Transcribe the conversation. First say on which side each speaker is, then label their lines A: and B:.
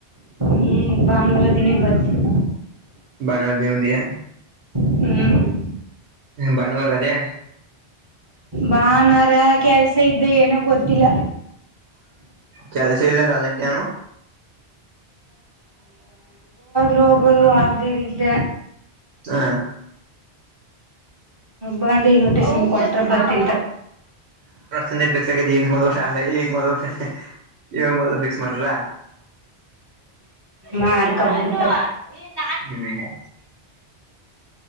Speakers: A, on the right; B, on the right.
A: ಹ್ಮ್ ಭಾನುವಾರ ದಿನೇ ಬರ್ತೀವಿ
B: ಭಾನುವಾರ ದಿನ ಬಂದಿಯ
A: ಹ್ಮ್
B: ಭಾನುವಾರ ಅದೇ
A: ಭಾನುವಾರ ಕೆಲ್ಸ ಇದ್ದೆ ಏನೋ ಗೊತ್ತಿಲ್ಲ
B: ಕೆಲ್ಸ ಇಲ್ಲರಾ ಅದಕ್ಕೆನು
A: ರೋಬೋದು ಆಗ್ದೆರ ಇಲ್ಲ
B: ಹಾ
A: ಬಂದು ಇನ್ವಟೇಶನ್ ಕೊಟ್ರ ಬರ್ತೀನಿ ತಕ
B: ಮದುವೆ ಪಿಕ್ಸ್ ಆಗಿ ಈಗ ಮದುವೆ ಶಾಸ್ತ್ರ ಈಗ ಮದುವೆ ಈಗ ಮದುವೆ ಫಿಕ್ಸ್ ಮಾಡಿದ್ರ
A: ಮಾಡ್ಕಬಿಡ್ತಾರೆ ಹಾ
B: ಹ್ಮ್